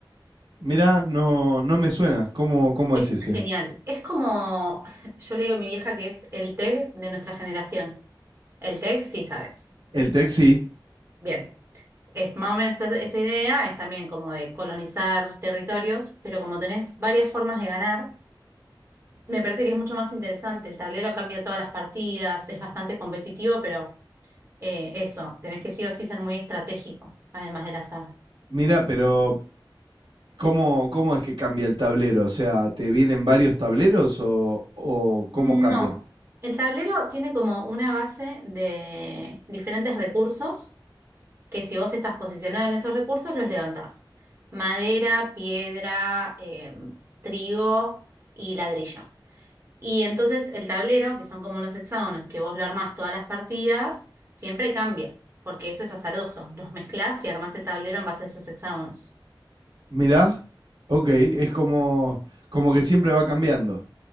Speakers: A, on the right; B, on the right.
A: Mirá, no, no me suena. ¿Cómo, cómo
B: Es
A: es ese?
B: genial. Es como, yo le digo a mi vieja que es el TEG de nuestra generación. El TEG, sí, sabes.
A: El tech sí.
B: Bien. Es más o menos esa, esa idea, es también como de colonizar territorios, pero como tenés varias formas de ganar, me parece que es mucho más interesante. El tablero cambia todas las partidas, es bastante competitivo, pero eh, eso, tenés que sí o sí ser muy estratégico, además del azar.
A: Mirá, pero ¿cómo, cómo es que cambia el tablero? O sea, ¿te vienen varios tableros o, o cómo
B: No,
A: cambia?
B: el tablero tiene como una base de diferentes recursos que si vos estás posicionado en esos recursos los levantás. Madera, piedra, eh, trigo y ladrillo. Y entonces el tablero, que son como unos hexágonos que vos lo armás todas las partidas, siempre cambia, porque eso es azaroso. Los mezclás y armás el tablero en base a esos hexágonos.
A: Mirá, ok, es como, como que siempre va cambiando.